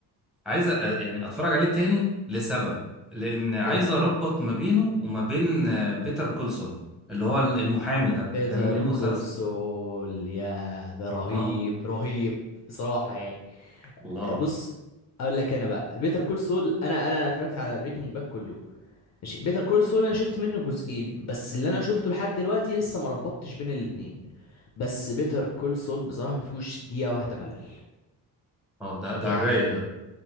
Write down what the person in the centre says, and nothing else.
عايز أ- يعني اتفرج عليه تاني لسبب لان عايز
اربط ما بينه وما بين بيتر كولسون اللي هو المحامي ده
كان ليه مسلسل
اه
الله
اه ده ده
على الرايق ده